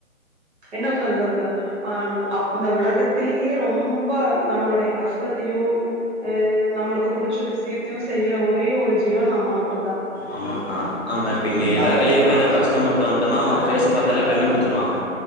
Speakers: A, on the right; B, on the left.
A: என்ன சொல்றது அ அ இந்த உலகத்திலேயே ரொம்ப நம்மளுடைய கஷ்ட சத்தத்தையும் அ நம்மளுக்கு புடிச்ச விஷயத்தையும் செய்ற ஒரே ஒரு ஜீவன் அம்மா மட்டும் தா
B: ஆமாக்கா நம்ம இப்ப இங்க எதாவ் வெளிய போய் எதாவ் கஷ்டம் பட்டு வந்ட்டனா ஃபேஸ்ஸ பாத்தாலே கண்டுபிடிச்சிருவாங்க